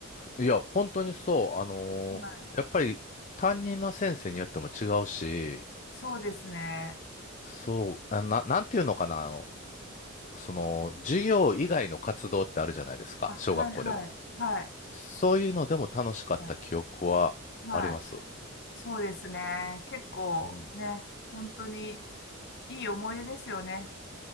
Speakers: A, on the left; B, on the left.
A: え。いや、本当にそう。あのーやっぱり担任の先生によっても違うし、
B: <laughs> はい、そうですね。
A: そう、あな、なんていうのかな。あのその、授業以外の活動ってあるじゃないですか、
B: あ、はいはい、
A: 小学校でも。
B: はい、
A: そういうのでも楽しかった記憶はあります。
B: はい、はいそうですね。結構ね、
A: うん。
B: 本当に、いい思い出ですよね。